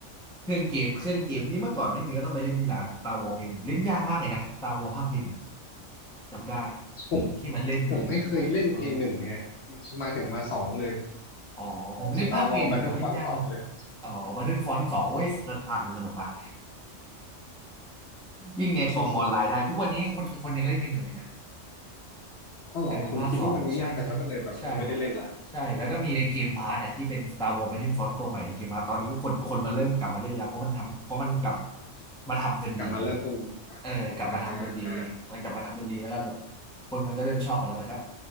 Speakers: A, in the centre; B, on the left.
A: เครื่องเกมเครื่องเกมนี่เมื่อก่อนไม่มีก็ต้องไปเล่นที่ร้าน Star Wars Play หนึ่งเล่นยากมากเลยนะ Star Wars ภาคเพย์หนึ่ง จำได้
B: ผม
A: ที่มันเล่นเป็น
B: ผมไม่เคยเล่นเพย์หนึ่งไง
A: ปืน
B: มาถึงมาสองเลย
A: อ๋อผมเล่นภาคเครดิตมันเล่นยากมาก
B: สตาร์วอลแบทเทิลฟอนสองเลย
A: อ๋อ Battlefront สองโอ้ยภาคมันสนุกมากยิ่งในคอมออนไลน์ได้ทุกวันนี้คนคนยังเล่นกันอยู่เลยนะ
B: ที่สุดอ๋อเหรอผมคิดว่ามันเงียบไปแล้วก็เลยแบบเออไม่ได้เล่นละ
A: เออภาคสองใช่ใช่ใช่ใช่แล้วก็มีในเกมพาร์ตอะที่เป็น Star Wars Battlefront ตัวใหม่ในเกมพาร์ตตอนนี้ก็คนคนมาเริ่มกลับมาเล่นแล้วเพราะมันทำเพราะมันกลับมาทำจนดี
B: กลับมาเริ่มตูม
A: เออกลับมาทำจนดี
B: อ่า
A: มันกลับมาทำจนดีแล้วก็แบบคนมันก็เริ่มชอบกันแล้วนะครับ